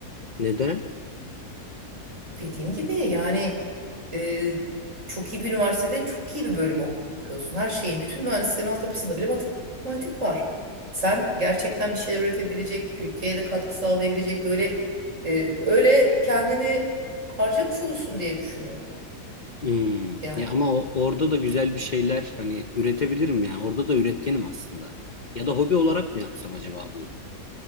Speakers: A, on the left (about 40°); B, on the right (about 50°).
A: Neden?
B: Dediğim gibi yani e, çok iyi bir üniversitede çok iyi bir bölüm okuyorsun. Her şeyin, bütün mühendislerin altyapısında bile matematik var. Sen gerçekten bir şeyler üretebilecek, ülkeye de katkı sağlayabilecek böyle e, öyle kendini harcamış olursun diye düşünüyorum.
A: Hmm.
B: Yani.
A: Ya ama o, orada da güzel bir şeyler hani üretebilirim ya. Orada da üretkenim aslında. Ya da hobi olarak mı yapsam acaba bunu?